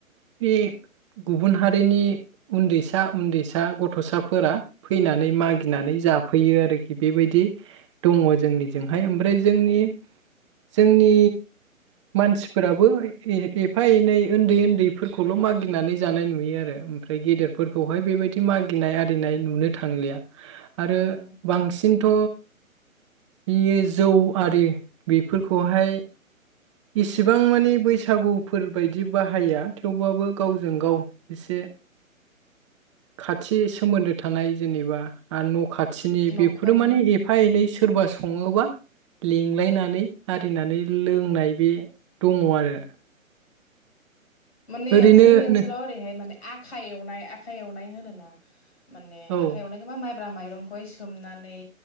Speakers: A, on the right (about 20°); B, on the left (about 50°).
A: बे गुबुन हारिनि उन्दैसा उन्दैसा गथ'सा फोरा फैनानै मागिनानै
B: औ
A: जा फैयो आरोखि बेबायदि दङ जोंनिजोंहाय ओमफ्राय जोंनि जोंनि मानसिफोराबो ए एफा एनै उन्दै उन्दैफोरखौल' मागिनानै जानाय नुयो आरो ओमफ्राय गेदेरफोरखौहाय बेबायदि मागिनाय फैनाय नुनो थांलिया। आरो
B: औ
A: बांसिनथ' बियो जौ आरि बेफोरखौहाय इसिबां मानि बैसागुफोर बायदि बाहाया थेवबाबो गावजों गाव एसे खाथि सोमोन्दो थानाय जेनेबा न' खाथ थिनि
B: न'खरनि
A: बेफोरो माने एफा एनै सोरबा सङोबा लिंलायनानै आरिनानै लोंनाय बे दङ आरो।
B: माने
A: ओरैनो
B: जोंनि ओनसोलाव
A: नो-
B: ओरैहाय माने आखाइ एवनाय आखाइ एवनाय होनोना। माने
A: औ
B: आखाइायावनो <unintelligible> ग्रा माइरंखौहाय सोमनानै